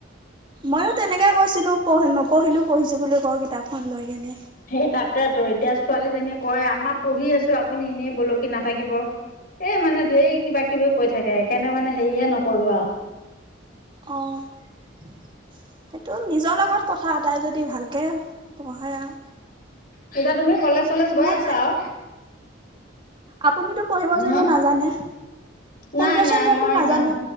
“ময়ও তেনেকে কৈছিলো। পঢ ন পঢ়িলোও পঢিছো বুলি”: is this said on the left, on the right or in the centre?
Right